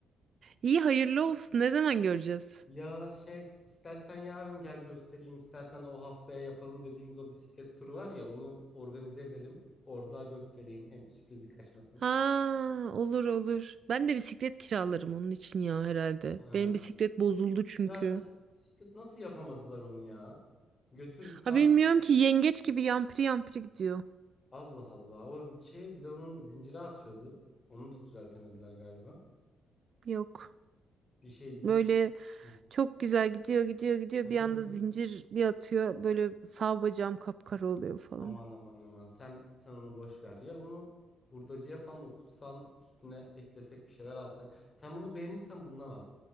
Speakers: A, on the right (about 50°); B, on the left (about 30°).
A: İyi hayırlı olsun. Ne zaman göreceğiz?
B: Ya şey istersen yarın gel göstereyim istersen o haftaya yapalım dediğimiz o bisiklet turu var ya onu organize edelim. Orada göstereyim hem sürprizi kaçmasın.
A: Ha olur olur. Ben de bisiklet kiralarım onun için ya herhalde.
B: Ha.
A: Benim bisiklet bozuldu çünkü.
B: Ya sen bisiklet nasıl yapamadılar onu ya? Götür tamir.
A: Ha bilmiyorum ki yengeç gibi yampiri yampiri gidiyor.
B: Allah Allah o şeye bir de onun zincire atıyordu. Onu da düzeltemediler galiba.
A: Yok.
B: Bir şey
A: Böyle
B: diyeyim mi? Hı.
A: Çok güzel gidiyor gidiyor gidiyor
B: Hı hı
A: bir anda
B: hı.
A: zincir bir atıyor böyle sağ bacağım kapkara oluyor falan.
B: Aman aman aman sen sen onu boş ver ya onu hurdacıya falan okutsan üstüne eklesek bir şeyler alsak. Sen bunu beğenirsen bundan al.